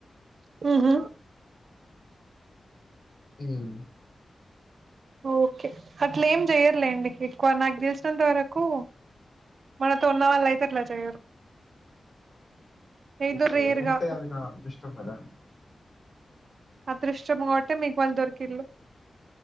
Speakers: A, on the right; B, on the left.
A: హ్మ్మ్
B: హ్మ్మ్
A: ఓకే అట్లా ఏం చెయర్లేండి ఎక్కువ నాకు తెలిసినంత వరకు మనతో ఉన్న వాళ్ళు అయితే అట్లా చేయరు ఏదో
B: చేయాకుంటే
A: రేర్ గా
B: అది నా అదృష్ట ష్టం కదా
A: అదృష్టం ఒకటే మికువాళ్ళు దొరికిళ్ళు